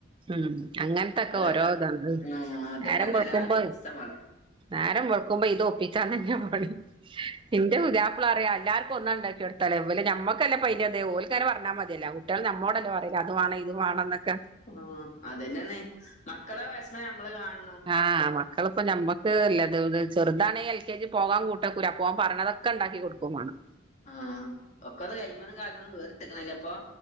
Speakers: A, on the right; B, on the left.
A: ഉം അങ്ങനത്തൊക്കെ
B: അതല്ല
A: ഓരോ ഇതാണ്
B: ആഹ് അതന്നെ
A: നേരം
B: നല്ലാര
A: വെളുക്കുമ്പോ
B: അവസ്ഥ മോളെ
A: നേരം വെളുക്കുമ്പോ ഇത് ഒപ്പിച്ചാന്നന്നെ പണി ഇന്റെ പുത്യാ പ്ല അറിം അല്ലാർക്ക ഒന്നാണ് ഉണ്ടാക്കിക്കൊടുത്താല് ഇവല് ഞമ്മക്കല്ല പയില് അത് ഓൽക്ക് അങ്ങനെ പറഞ്ഞാ മതിയല്ലോ. കുട്ടിയാൾ നമ്മോടല്ലേ പറയല് അത് വാണം ഇത് വാണന്നൊക്കെ
B: ആഹ് അതന്നെയാണ് മക്കളെ വെഷമം നമ്മള് കാണണം
A: ആഹ് മക്കളപ്പൊ നമ്മക്ക് ല്ലത് ചെറുതാണെങ്ക എൽ കെ ജി പോകാൻ കൂട്ടക്കുല അപ്പൊ ഓൻ പറയണത് ക്കെ ണ്ടാക്കി കൊടുക്കുവാണം
B: ആഹ് ഒക്കൊന്ന് കഴിയുമന്നും കാല്മന്നും വേറിട്ടക്കുണല്ലേ ഇപ്പൊ